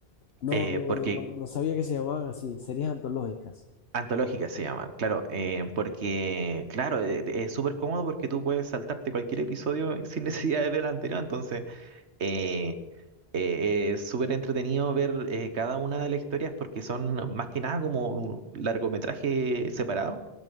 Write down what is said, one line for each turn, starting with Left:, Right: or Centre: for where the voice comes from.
Left: No,
Right: Eh,
Left: no,
Right: porque
Left: no, no, no sabía que se llamaban así, series antológicas.
Right: Antológicas se llaman, claro, eh, porque, claro, eh, eh, es súper cómodo porque tú puedes saltarte cualquier episodio <laughs> sin necesidad de ver el anterior, entonces eh, eh, es súper entretenido ver eh, cada una de las historias porque son más que nada como un largometraje separado,